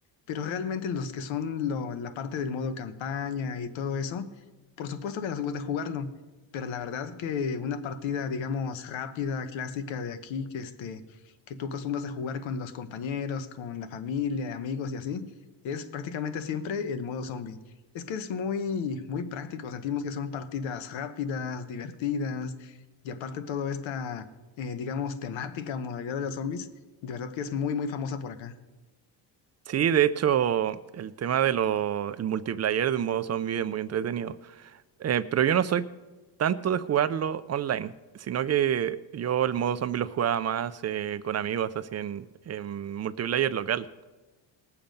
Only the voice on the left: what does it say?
pero realmente los que son lo- la parte del modo campaña y todo eso, por supuesto que nos gusta jugarlo, pero la verdad que una partida, digamos, rápida, clásica de aquí, que este, que tú acostumbras a jugar con los compañeros, con la familia, amigos y así, es prácticamente siempre el modo zombie. Es que es muy, muy práctico. Sentimos que son partidas rápidas, divertidas, y aparte toda esta, eh, digamos, temática, modalidad de los zombies, de verdad que es muy, muy famosa por acá.